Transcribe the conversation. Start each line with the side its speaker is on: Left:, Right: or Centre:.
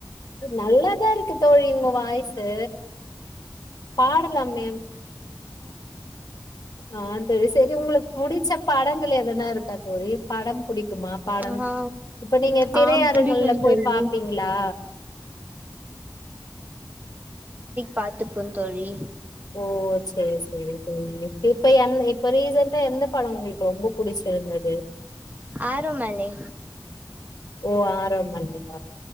Left: நல்லாதா இருக்கு தோழி உங்க வாய்சு பாடலா மே
Right: ஹ்ம்
Left: ஆஹ் தெரி சேரி உங்களுக் புடிச்ச படங்கள் எதனா இருக்கா தோழி படம் புடிக்குமா படம்
Right: ஆ
Left: இப்ப நீங்க திரையரங்கள்ல
Right: ஆ புடிக்கு
Left: போய்
Right: தோழி
Left: பாப்பீங்ளா
Right: பாத்துப்ப தோழி
Left: ஓ செரி செரி தோழி இப்ப என் இப்போ ரீசன்டா எந்த படொ உங்களுக்கு ரொம்ப புடிச்சிருந்தது
Right: ஆரோமலே
Left: ஓ ஆரோமலியா